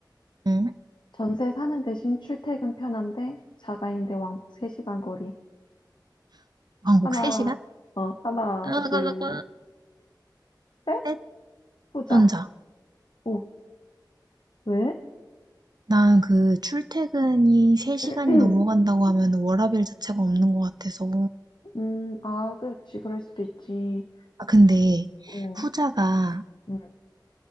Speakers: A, on the right; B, on the left.
A: 응?
B: 전세 사는 대신 출퇴근 편한데 자가인데 왕복 3시간 거리.
A: 왕복
B: 하나,
A: 3시간?
B: 어, 하나,
A: 아, 잠깐,
B: 둘,
A: 잠깐.
B: 셋?
A: 셋,
B: 보자.
A: 전자.
B: 오, 왜?
A: 난 그 출퇴근이 3시간이
B: <clears throat>
A: 넘어간다고 하면 워라밸 자체가 없는 것 같아서.
B: 음, 아, 그렇지. 그럴 수도 있지.
A: 아, 근데
B: 어,
A: 후자가
B: 음,